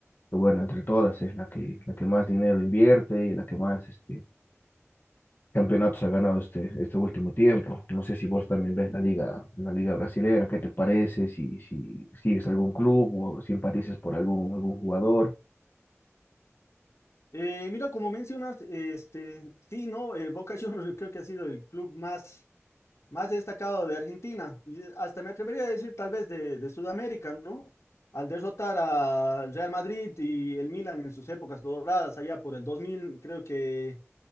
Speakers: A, on the left; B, on the left.
A: que, bueno, entre todas es la que, la que más dinero invierte y la que más... Este, campeonatos ha ganado este, este último tiempo. No sé si vos también ves la liga, la liga brasilera, ¿qué te parece? Si, si sigues algún club o simpatizas por algún, algún jugador.
B: Eh, mira, como mencionas, este, sí, no, Eh, Boca Juniors <laughs> creo que ha sido el club más, más destacado de Argentina y eh, hasta me atrevería a decir tal vez de, de Sudamérica, ¿no? Al derrotar al Real Madrid y el Milan en sus épocas doradas allá por el 2000, creo que